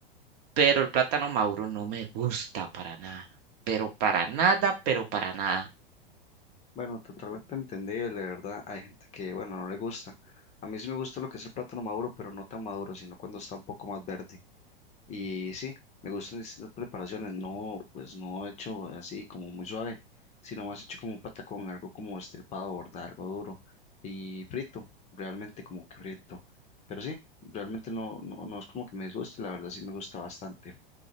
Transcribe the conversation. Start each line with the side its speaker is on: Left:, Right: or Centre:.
Right: Pero el plátano maduro no me gusta para nada. Pero para nada, pero para nada.
Left: Bueno, totalmente entendible, ¿verdad? Hay gente que, bueno, no le gusta. A mí sí me gusta lo que es el plátano maduro, pero no tan maduro, sino cuando está un poco más verde. Y sí, me gustan distintas preparaciones. No, pues no hecho así como muy suave, sino más hecho como un patacón, algo como estripado, ¿verdad? Algo duro y frito, realmente como que frito. Pero sí, realmente no, no, no es como que me disguste, la verdad sí me gusta bastante.